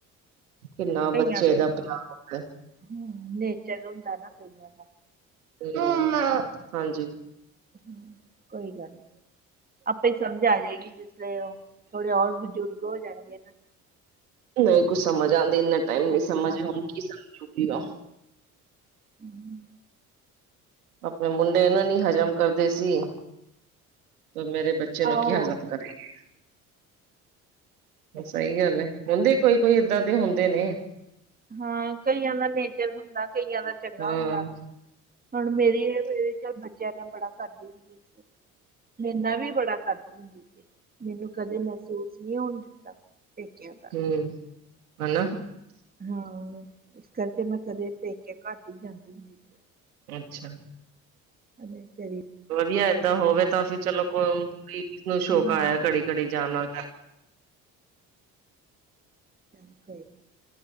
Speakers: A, on the right (about 80°); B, on the right (about 20°).
A: ਕਿੰਨਾ
B: ਕਈਆਂ
A: ਬੱਚੇ
B: ਦਾ,
A: ਪਿਆਰ
B: ਹੂੰ ਨੇਚਰ ਹੁੰਦਾ ਨਾ ਕਈਆਂ ਦਾ।
A: ਮੰਮਾ ਹਾਂਜੀ
B: ਹੂੰ ਕੋਈ ਗੱਲ ਨੀ, ਆਪੇ ਸਮਝ ਆ ਜਾਏਗੀ ਜ ਦੇ ਓ ਥੋੜੇ ਹੋਰ ਬਜ਼ੁਰਗ ਹੋ ਜਾਣਗੇ ਨਾ।
A: ਨਹੀਂ ਕੁਛ ਸਮਝ ਆਉਂਦੇ ਇੰਨਾ ਟਾਈਮ ਨਹੀਂ
B: ਆਪੇ
A: ਸਮਝਿਆ
B: ਸਮਝ
A: ਹੁਣ ਕੀ ਸਮਝ ਸਮਜੋ ਗੀਗਾ।
B: ਹੂੰ
A: ਆਪਣੇ ਮੁੰਡੇ ਇਹਨੂੰ ਨੀ ਹਜ਼ਮ ਕਰਦੇ ਸੀ, ਤੇ ਮੇਰੇ ਬੱਚੇ ਚਿਆ
B: ਆਓ
A: ਨੂੰ ਕੀ ਹਜ਼ਮ ਕਰੇਗੀ।
B: ਚਲੋ
A: ਸਹੀ
B: ਕੋਈ ਨੀ।
A: ਗੱਲ ਏ। ਹੁੰਦੇ ਕੋਈ-ਕੋਈ ਏਦਾਂ ਦੇ ਹੁੰਦੇ ਨੇ।
B: ਹਾਂ ਕਈਆਂ ਦਾ ਨੇਚਰ ਹੁੰਦਾ ਕਈਆਂ ਦਾ ਚੰਗਾ
A: ਹਾਂ
B: ਹੁੰਦਾ।
A: ਹਮ
B: ਹੁਣ ਮੇਰੀ ਇਹ <unintelligible> ਚੱਲ ਬੱਚਿਆਂ ਨਾਲ ਬੜਾ ਕਰਦੀ ਹੁੰਦੀ ਸੀ। ਮੇਰਾ ਨਾ ਵੀ ਬੜਾ ਕਰਦੀ ਹੁੰਦੀ ਸੀ। ਮੈਨੂੰ ਕਦੇ ਮਹਿਸੂਸ ਨੀ ਹੋਣ ਦਿੱਤਾ ਪੇਕਿਆ ਦਾ।
A: ਹਮ ਹਨਾ
B: ਹਾਂ ਇਸ ਕਰਕੇ ਮੈਂ ਕਦੇ ਪੇਕੇ ਘੱਟ ਹੀ ਜਾਂਦੀ ਹੁੰਦੀ ਸੀ।
A: ਅੱਛਾ।
B: ਅਰੇ ਤੇਰੀ
A: ਵਧੀਆ ਏਦਾਂ ਹੋਵੇ ਤਾਂ ਫਿਰ ਚਲੋ ਕੋਈ ਇੱਕ ਨੂੰ ਸ਼ੌਕ
B: ਹਾਂ
A: ਆਇਆ ਘੜੀ-ਘੜੀ ਜਾਣਾ।
B: ਬਿਲਕੁਲ